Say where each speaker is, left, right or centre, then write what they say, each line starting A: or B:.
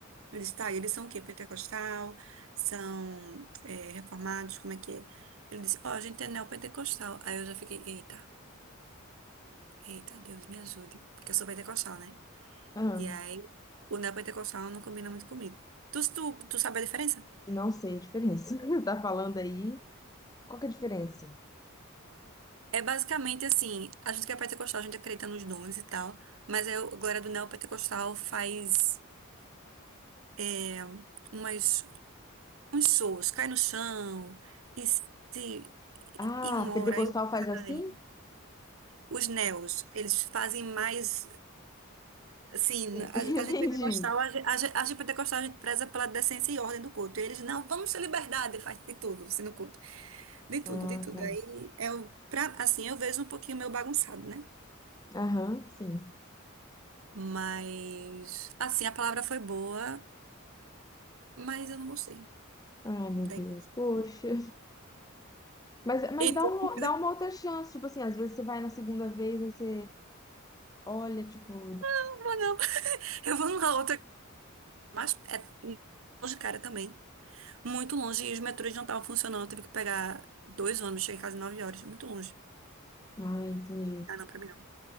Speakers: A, on the right; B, on the left.
A: Eu disse, tá, e eles são o quê? Pentecostal? São eh, reformados? Como é que é? Ele disse, ó, a gente é neopentecostal. Aí eu já fiquei, eita, eita, Deus me ajude, porque eu sou pentecostal, né?
B: Ah,
A: E aí, o neopentecostal não combina muito comigo. Tu, tu, tu sabe a diferença?
B: não sei a diferença. <laughs> Tá falando aí. Qual que é a diferença?
A: É basicamente assim, a gente que é pentecostal, a gente acredita nos dons e tal, mas aí a galera do neopentecostal faz é, umas, uns shows, cai no chão, e se
B: Ah,
A: e um ora,
B: pentecostal
A: aí outro
B: faz assim?
A: cai. Os neos, eles fazem mais, assim,
B: <laughs>
A: a,
B: Entendi.
A: a gente pentecostal, a, gen- a, gen- a gente pentecostal, a gente preza pela decência e ordem do culto. E eles, não, vamos ter liberdade, faz de tudo, assim, no culto. De tudo,
B: Ah,
A: de tudo.
B: tá.
A: Aí é o pra, assim, eu vejo um pouquinho meio bagunçado, né?
B: Aham, sim.
A: Mas assim, a palavra foi boa, mas eu não gostei.
B: Ai, meu
A: Daí,
B: Deus, poxa. Mas, mas
A: eita,
B: dá uma,
A: eu
B: dá uma outra chance, tipo assim, às vezes você vai na segunda vez e você olha, tipo.
A: não vou não. <laughs> Eu vou numa outra, mas é longe, cara, também. Muito longe e os metrôs não estavam funcionando, eu tive que pegar dois ônibus, cheguei em casa nove horas, muito longe.
B: Ah, entendi.
A: Ah, não, pra mim não.